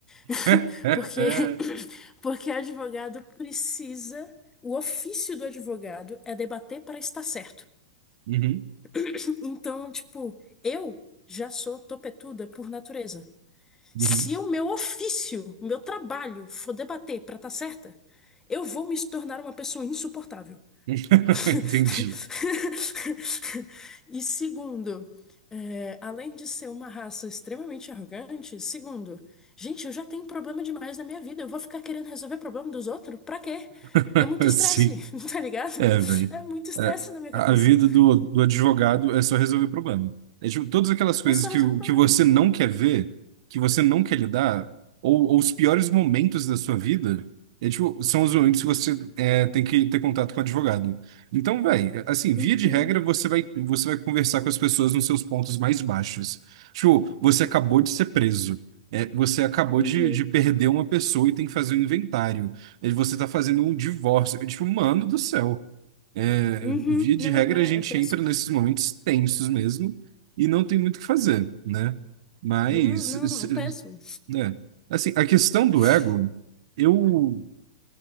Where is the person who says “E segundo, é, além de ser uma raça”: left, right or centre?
Left